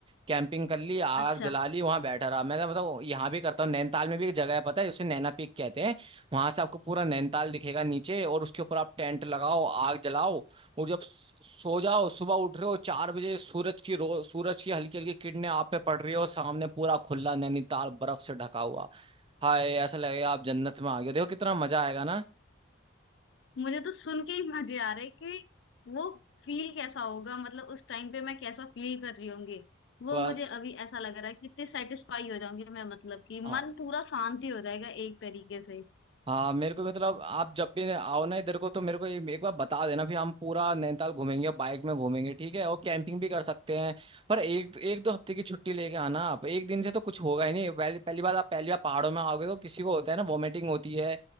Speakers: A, on the right (about 25°); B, on the left (about 60°).
A: कैंपिंग कर ली आग
B: अच्छा
A: जला ली वहां बैठा रहा मैं तो मतलब यहाँ भी करता हूँ नैनीताल में भी एक जगह है पता है उसे नैना पीक कहते हैं वहां से आपको पूरा नैनीताल दिखेगा नीचे और उसके ऊपर आप टेंट लगाओ आग जलाओ और जब सो जाओ सुबह उठ रहे हो चार बजे सूरज की रो सूरज की हल्की हल्की किरणें आप पे पड़ रही हो सामने पूरा खुला नैनीताल बर्फ से ढका हुआ हाय ऐसा लगेगा आप जन्नत में आ गए हो। देखो कितना मजा आएगा ना
B: मुझे तो सुन के ही मजे आ रहे कि वो फील कैसा होगा मतलब उस टाइम पे मैं कैसा फील कर रही होंगी वो
A: बस
B: मुझे अभी ऐसा लग रहा है कि इतनी सेटिस्फाई हो जाऊंगी मैं मतलब कि
A: हाँ
B: मन पूरा शांति हो जाएगा एक तरीके से
A: हाँ मेरे को मतलब आप जब भी आओ ना इधर को तो मेरे को ये एक बार बता देना फिर हम पूरा नैनीताल घूमेंगे बाइक में घूमेंगे ठीक है और कैंपिंग भी कर सकते हैं पर एक एक दो हफ्ते की छुट्टी लेके आना आप एक दिन से तो कुछ होगा ही नहीं पहली पहली बार आप पहली बार पहाड़ों में आओगे तो किसी को होता है ना वॉमिटिंग होती है